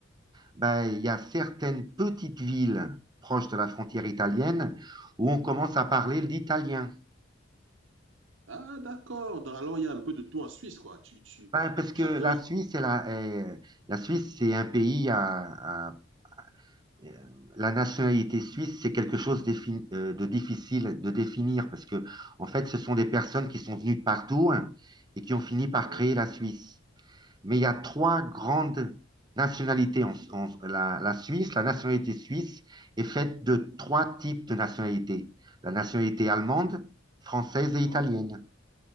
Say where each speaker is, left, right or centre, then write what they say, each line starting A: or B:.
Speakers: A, on the right; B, on the right.
A: ben, il y a certaines petites villes proches de la frontière italienne où on commence à parler l'italien.
B: Ah, d'accord. Dans- Alors, il y a un peu de tout en Suisse, quoi. Tu, tu,
A: Ben, parce que
B: chacun
A: la
B: y...
A: Suisse, elle a, euh, la Suisse, c'est un pays à, à- euh, la nationalité suisse, c'est quelque chose d'effi- euh, de difficile de définir parce que, en fait, ce sont des personnes qui sont venues de partout, hein, et qui ont fini par
B: Ouais.
A: créer la Suisse. Mais il y a trois grandes nationalités en, en- la, la Suisse. La nationalité suisse est faite de trois types de nationalités. La nationalité allemande, française
B: Allemande.
A: et italienne.